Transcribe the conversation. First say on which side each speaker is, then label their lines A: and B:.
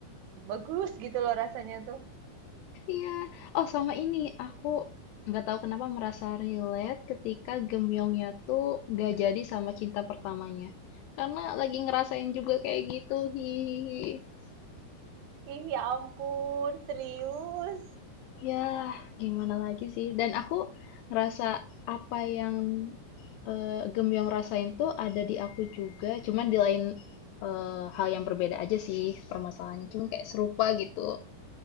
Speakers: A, on the right; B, on the left.
A: bagus gitu loh rasanya tuh.
B: Iya. Oh, sama ini aku nggak tahu kenapa merasa relate ketika Gemyongnya tuh nggak jadi sama cinta pertamanya. Karena lagi ngerasain juga kayak gitu. Hihihi.
A: Ih, ya ampun, serius.
B: Ya, gimana lagi sih? Dan aku ngerasa apa yang eh, Gemyong rasain tuh ada di aku juga, cuman di lain eh, hal yang berbeda aja sih permasalahannya. Cuman kayak serupa gitu,